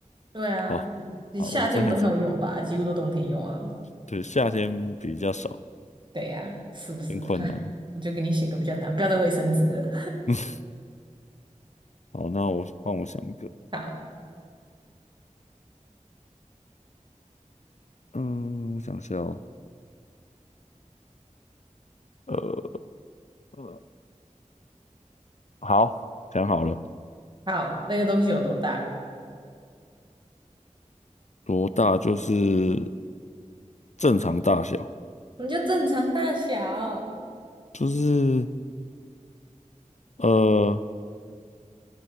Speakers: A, on the right; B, on the left.
A: 对啊，
B: 好啊，
A: 你夏天不太有用吧？
B: 我这还真
A: 几乎都冬天用啊。
B: 对夏天比较少，
A: 对呀、是不是？
B: 很困难。
A: <laughs> 哈，我就给你选个比较难，不要再卫生纸了
B: <laughs> 好，那我帮我想一个，
A: <laughs> 好，
B: 嗯，我想一下哦，呃，呃好，想好了。
A: 好，那个东西有多大？
B: 多大就是正常大小，
A: 我们就正常大小。
B: 就是呃，